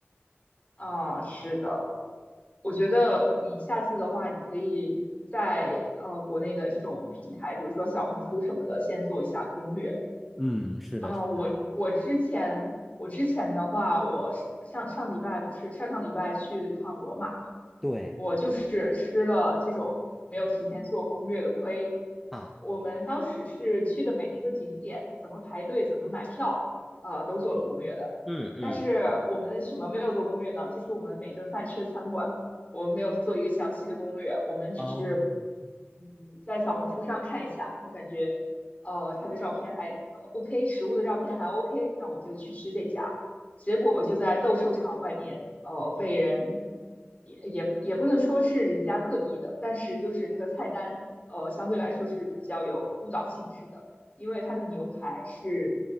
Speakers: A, on the left (about 30°); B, in the centre.
A: 啊，是的，我觉得你下次的话，你可以在呃国内的这种平台，比如说小红书什么的，先做一下攻略。
B: 嗯，是的，
A: 啊，
B: 是的，
A: 我我之前我之前的话，我是上上礼拜不是上上礼拜去了一趟罗马嘛，
B: 对
A: 我就是吃了这种没有提前做攻略的亏。
B: 啊，
A: 我们当时是去的每一个景点，怎么排队，怎么买票，呃，都做了攻略的。
B: 嗯嗯，
A: 但是我们什么没有做攻略呢？就是我们每顿饭吃的餐馆，我们没有做一个详细的攻略，我们只是
B: 哦
A: 嗯，在小红书上看一下，然后感觉呃他的照片还 OK，食物的照片还 OK，那我们就去吃这家。结果就在斗兽场外面，呃，被人也也也不能说是人家刻意的，但是就是那个菜单，呃，相对来说是比较有误导性质的，因为它的牛排是